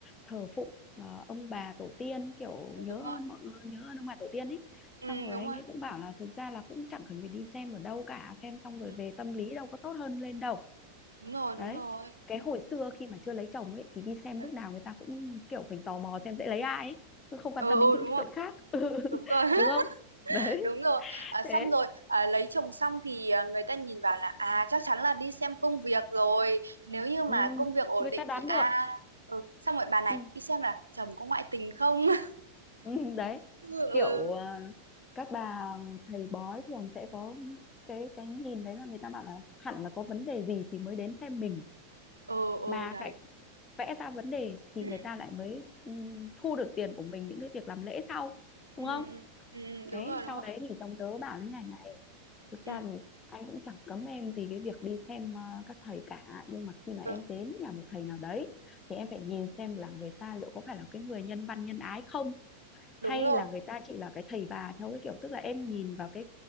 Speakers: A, on the left; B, on the right.
A: thờ phụng ờ, ông bà tổ tiên kiểu
B: đấy,
A: nhớ
B: đúng rồi
A: ơn mọi người nhớ ơn ông bà tổ tiên ấy
B: ừ
A: xong rồi
B: đúng
A: anh
B: rồi
A: ấy cũng bảo là thực ra là cũng chẳng cần phải đi xem ở đâu cả xem xong rồi
B: ừ,
A: về tâm lý đâu có tốt hơn lên đâu
B: đúng rồi đúng
A: đấy
B: rồi
A: cái hồi xưa khi mà chưa lấy chồng ấy thì đi xem
B: ừ
A: lúc nào người ta cũng kiểu mình tò mò xem sẽ lấy ai ấy chứ không quan
B: ừ
A: tâm
B: ừ,
A: đến những
B: đúng rồi
A: chuyện khác <laughs>
B: đúng rồi <laughs>
A: đúng không đấy
B: đúng rồi à,
A: thế
B: xong rồi à, lấy chồng xong thì à, người ta nhìn vào là à chắc chắn là đi xem công việc rồi nếu như mà
A: ừ,
B: công việc ổn
A: người
B: định
A: ta đoán
B: thì à
A: được
B: ừ xong rồi bà này
A: ừ.
B: đi xem là chồng có ngoại tình không <laughs>
A: Ừ, đấy
B: ừ
A: kiểu
B: ừ
A: à, các bà thầy bói thường sẽ có cái cái nhìn đấy là người ta bảo là hẳn là có vấn đề gì thì mới đến xem mình
B: ừ ừ,
A: mà
B: đấy
A: lại vẽ ra vấn đề thì
B: <clears throat>
A: người
B: ừ,
A: ta lại mới ừ, thu được tiền của mình những cái việc làm lễ sau đúng
B: ừ,
A: không
B: ừ, ừ, đúng
A: thế
B: rồi đúng
A: sau
B: rồi
A: đấy thì chồng tớ bảo thế này này thực
B: ừ,
A: ra thì anh cũng chẳng cấm em gì cái việc đi xem ờ, các thầy cả nhưng mà khi mà em
B: ừ
A: đến nhà một thầy nào đấy thì em phải nhìn xem là người ta liệu có phải là cái người nhân văn nhân ái không
B: đúng
A: hay
B: rồi
A: là người ta chỉ là cái thầy bà theo cái kiểu tức là em nhìn vào cái